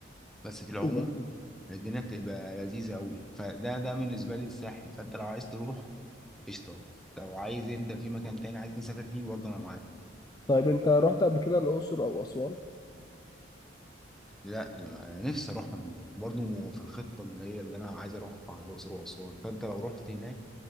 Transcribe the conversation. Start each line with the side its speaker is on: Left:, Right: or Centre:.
Centre: بس في العموم
Left: كده
Centre: الدنيا بتبقى لذيذه قوي فده ده بالنسبه لي الساحل فانت لو عايز تروح قشطه لو عايز انت في مكان تاني عايز نسافر فيه برضه انا معاك
Left: طيب انت رحت قبل كده الاقصر او اسوان
Centre: لا أنا نفسي اروح مملوك برضه في الخطه اللي هي اللي انا عايز اروحها الاقصر واسوان فانت لو رحت هناك